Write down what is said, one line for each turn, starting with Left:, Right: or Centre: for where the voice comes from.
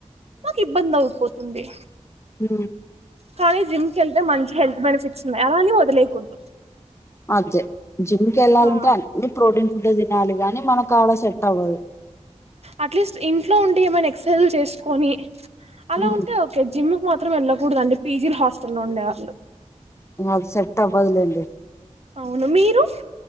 Right: మా ఇబ్బందపోతు ఉంది
Left: హ
Right: కానీ జిమ్ కీ వెళ్తే మంచి హెల్త్ బెనిఫిట్స్ ఉన్నాయి అలాని వదిలేయకూడదు
Left: మధే్ జిమ్కి వెళ్ళాలంటే
Right: ఆ
Left: అన్ని ప్రోటీన్స్ పుద్ద దినాలు గాని మన కాల అవదు
Right: అట్లీస్ట్ ఇంట్లో ఉంటే ఏమైనా ఎక్సెసైజ్ చేసుకొని అలా
Left: ఉమ్
Right: ఉంటే ఓకే జిమ్ మాత్రం వెళ్ళకూడద అండి పీజీల హాస్టల్లో లో ఉండేవాళ్ళు
Left: అది సెట్ అవదులేండి
Right: అవును మీరు